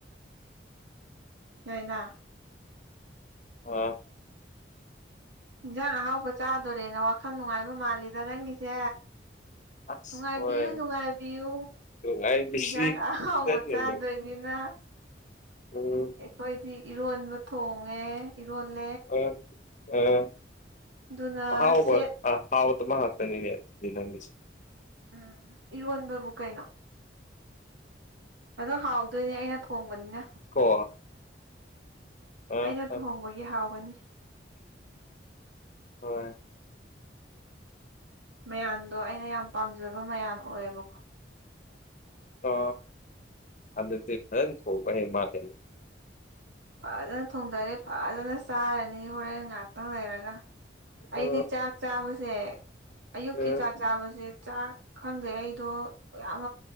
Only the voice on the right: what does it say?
ꯌꯥꯏꯅ
ꯏꯟꯁꯥꯡ ꯑꯍꯥꯎꯕ ꯆꯥꯗꯣꯔꯦꯅ ꯋꯥꯈꯜ ꯅꯨꯡꯉꯥꯏꯕ ꯃꯥꯜꯂꯤꯗ ꯅꯪꯒꯤꯁꯦ
ꯅꯨꯡꯉꯥꯏꯕꯤꯌꯨ
ꯅꯨꯡꯉꯥꯏꯕꯤꯌꯨ
ꯏꯟꯖꯥꯡ ꯑꯥꯎꯕ
ꯆꯥꯗꯣꯏꯅꯤꯅ
ꯑꯩꯈꯣꯏꯗꯤ ꯏꯔꯣꯟꯕ ꯊꯣꯡꯉꯦ ꯏꯔꯣꯜꯂꯦ
ꯑꯗꯨꯅ
ꯁꯦꯠ
ꯎꯝ ꯏꯔꯣꯟꯕꯕꯨ ꯀꯩꯅꯣ ꯑꯗꯣ ꯍꯥꯎꯗꯣꯏꯅꯦ ꯑꯩꯅ ꯊꯣꯡꯕꯅꯤꯅ
ꯑꯩꯅ ꯊꯣꯡꯕꯒꯤ
ꯍꯥꯎꯒꯅꯤ
ꯃꯌꯥꯝꯟꯗꯣ ꯑꯩꯅ ꯌꯥꯝ ꯄꯥꯝꯖꯕ ꯃꯌꯥꯝ ꯑꯣꯏꯌꯦꯕꯀꯣ
ꯐꯖꯅ ꯊꯣꯡꯗꯔꯦ ꯐꯖꯅ ꯆꯥꯔꯅꯤ ꯍꯣꯔꯦꯟ ꯉꯍꯥꯛꯇꯪ ꯂꯩꯔꯅꯤ ꯑꯩꯗꯤ
ꯆꯥꯛ ꯆꯥꯕꯁꯦ ꯑꯌꯨꯛꯀꯤ
ꯆꯥꯛ ꯆꯥꯕꯁꯦ ꯆꯥꯛ ꯈꯪꯗꯦ ꯑꯩꯗꯣ ꯌꯥꯝ